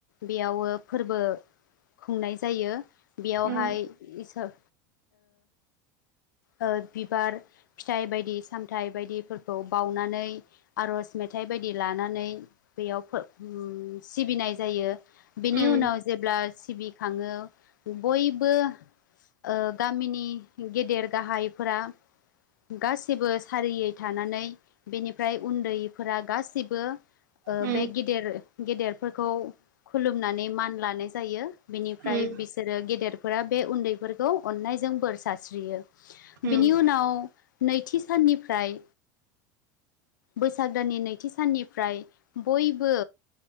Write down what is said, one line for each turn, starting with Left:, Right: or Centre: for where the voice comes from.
Left: बेयावो फोरबो खुंनाय जायो बेयावहाय
Right: उम
Left: इस ओ ओ बिबार फिथाइ बायदि सामथाइ बायदिफोरखौ बाउनानै आरज मेथ थाइ बायदि लानानै बेयाव फोर ओम सिबिनाय जायो बेनि
Right: उम
Left: उनाव जेब्ला ओ सिबिखाङो बयबो ओ गामिनि गेदेर गाहायफोरा गासिबो सारियै थानानै बेनिफ्राय उन्दैफोरा गासिबो ओ
Right: उम
Left: बे गेदेर गेदेरफोरखौ खुलुमनानै मान लानाय जायो। बेनिफ्राय
Right: उम
Left: बिसोरो गेदेरफोरा बे उन्दैफोरखौ अननायजों बोर सास्रियो। बिनि
Right: उम
Left: उनाव नैथि साननिफ्राय बैसाग दाननि नैथि साननिफ्राय बयबो